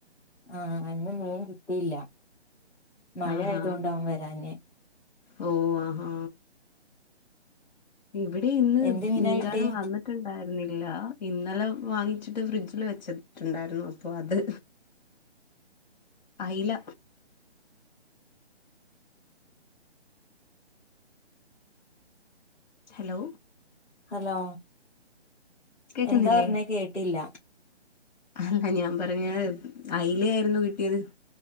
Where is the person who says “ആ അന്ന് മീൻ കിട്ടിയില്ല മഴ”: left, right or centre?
Centre